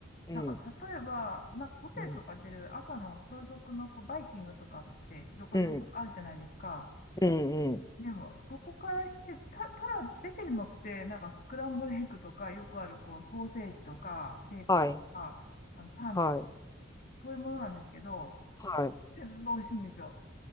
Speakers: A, on the left; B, on the left.
A: うん。
B: なんか例えば、なんかホテルとか出る朝の朝食のこうバイキングとかってどこでもあるじゃないですか。
A: うん。うん。うん。うん
B: でもそこからして、た、ただ出てるのってなんかスクランブルエッグとかよくあるこうソーセージとかベーコンとかあのパンとか
A: はい。はい。
B: そういうものなんですけど、
A: はい。
B: 全部美味しいんですよ。